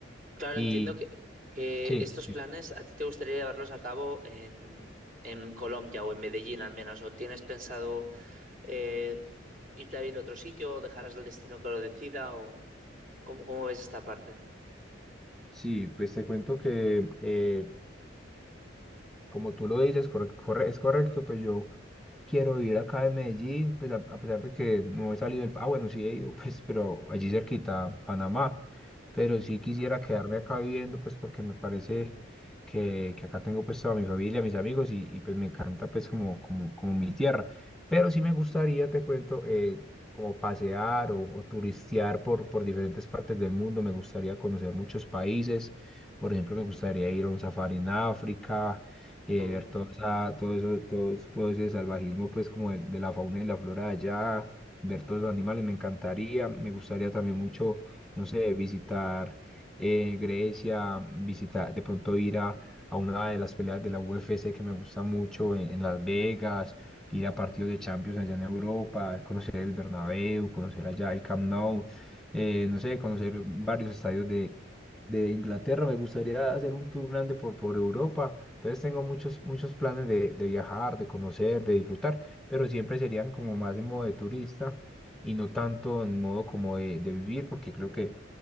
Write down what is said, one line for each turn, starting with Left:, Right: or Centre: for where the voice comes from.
Right: Claro,
Centre: Y
Right: entiendo que, que
Centre: sí.
Right: estos planes a ti te gustaría llevarlos a cabo en, en Colombia o en Medellín al menos, o tienes pensado eh, irte a vivir a otro sitio o dejarás al destino que lo decida o cómo, cómo ves esta parte?
Centre: Sí, pues te cuento que eh, como tú lo dices, corre- corre- es correcto, pues yo quiero vivir acá en Medellín, pues a, a pesar de que no he salido del... Ah, bueno, sí he ido, <laughs> pues, pero allí cerquita, Panamá, pero sí quisiera
Right: Vale,
Centre: quedarme acá viviendo, pues porque me parece que, que acá tengo pues toda mi familia, mis amigos y, y, pues me encanta pues como, como, como mi tierra, pero sí me gustaría, te cuento, eh, como pasear o, o turistear por, por diferentes partes del mundo, me gustaría conocer muchos países. Por ejemplo, me gustaría ir a un safari en África, eh,
Right: qué bueno.
Centre: ver toda esa- todo eso, todo, es- todo ese salvajismo, pues como de, de la fauna y la flora de allá, ver todos los animales, me encantaría, me gustaría también mucho, no sé, visitar eh, Grecia, visitar, de pronto ir a, a una de las peleas de la UFC que me gusta mucho en, en Las Vegas, ir a partidos de Champions allá en Europa, conocer el Bernabéu, conocer allá el Camp Nou, eh, no sé, conocer varios estadios de de Inglaterra, me gustaría hacer un tour grande por, por Europa entonces tengo muchos, muchos planes de, de viajar, de conocer, de disfrutar, pero siempre serían como más en modo de turista y no tanto en modo como de, de vivir, porque creo que